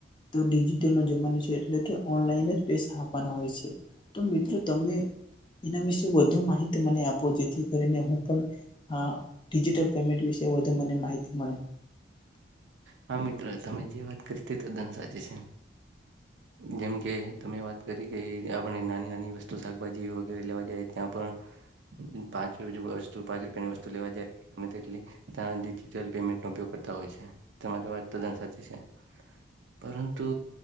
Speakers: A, on the left (about 25°); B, on the right (about 75°).
A: તો ડિજિટલ નો જમાનો છે એટલે કે ઓનલાઈને જ પૈસા આપવાના હોય છે. તો મિત્ર તમે એના વિશે વધુ વધ માહિતી મ આપો જેથી કરીને હું પણ આ ડિજિટલ પેમેન્ટ વિશે મને માહિતી મળે.
B: હા મિત્રો તમે જે વાત કરી તે તદ્દન સાચી છે. જેમ કે તમે વાત કરી કે આપણે નાની નાની વસ્તુ શાકભાજી વગેરે લેવા જાય ત્યાં પણ. પાંચ વસ્તુ પાંચ રૂપિયાની વસ્તુ લેવા જાય કે ગમે તેટલી, ત્યાં ડિજિટલ પેમેન્ટનોો ઉપયોગ કરતા હોય છે. તમારી વાત તદ્દન સાચી છે, પરંતુ